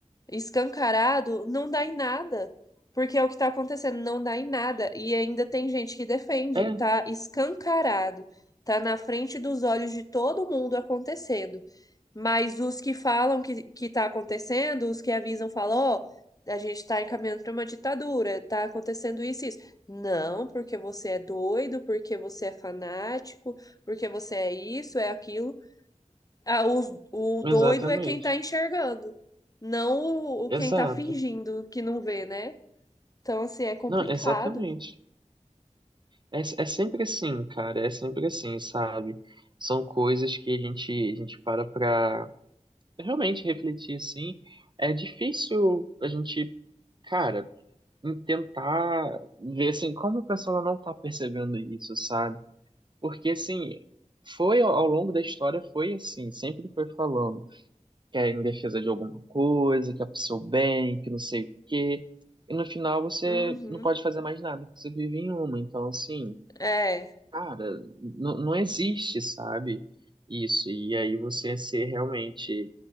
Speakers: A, on the left; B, on the right.
A: escancarado, não dá em nada. Porque é o que está acontecendo, não dá em nada. E ainda tem gente que defende,
B: é,
A: tá escancarado, tá na frente dos olhos de todo mundo acontecendo. Mas os que falam que, que tá acontecendo, os que avisam, falam, ó, a gente está encaminhando para uma ditadura, tá acontecendo isso e isso. Não, porque você é doido, porque você é fanático, porque você é isso, é aquilo. Ah, os- o doido
B: exatamente,
A: é quem tá enxergando, não o, o
B: exato,
A: quem tá fingindo que não vê, né? Então, assim, é complicado.
B: não, exatamente. É, é sempre assim, cara, é sempre assim, sabe? São coisas que a gente, a gente para pra realmente refletir, assim. É difícil a gente, cara, tentar ver, assim, como a pessoa não tá percebendo isso, sabe? Porque, assim, foi ao ao longo da história, foi assim, sempre foi falando que é em defesa de alguma coisa, que é pro seu bem, que não sei o quê. E no final você
A: Uhum.
B: não pode fazer mais nada, porque você vive em uma. Então, assim,
A: É.
B: Cara, não, não existe, sabe? Isso. E aí você ser realmente.